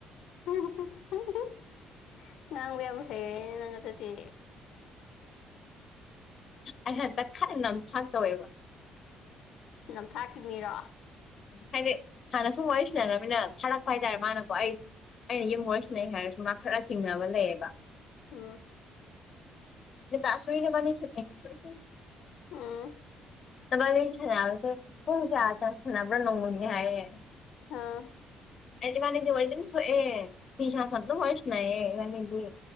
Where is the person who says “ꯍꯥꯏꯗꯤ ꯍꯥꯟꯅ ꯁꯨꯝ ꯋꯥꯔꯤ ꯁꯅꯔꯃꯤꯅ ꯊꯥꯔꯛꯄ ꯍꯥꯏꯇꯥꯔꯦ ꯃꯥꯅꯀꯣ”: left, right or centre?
Left